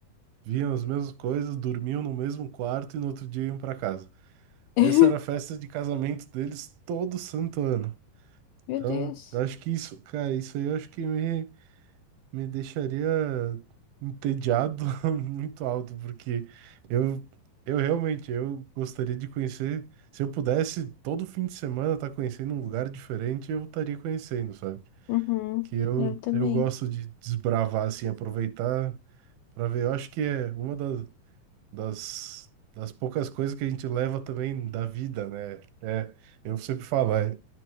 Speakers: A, on the right; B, on the left.
A: viam as mesmas coisas, dormiam no mesmo quarto e no outro dia iam para casa.
B: <laughs>
A: Essa era a festa de casamento deles todo santo ano.
B: Meu
A: Então,
B: Deus.
A: eu acho que isso, cara, isso aí eu acho que me me deixaria entediado <laughs> muito alto, porque eu, eu realmente eu gostaria de conhecer. Se eu pudesse todo fim de semana estar conhecendo um lugar diferente, eu estaria conhecendo, sabe?
B: Uhum.
A: Que eu,
B: Eu também.
A: eu gosto de desbravar, assim, aproveitar para ver. Eu acho que é uma das, das, das poucas coisas que a gente leva também da vida, né? É, eu sempre falo, é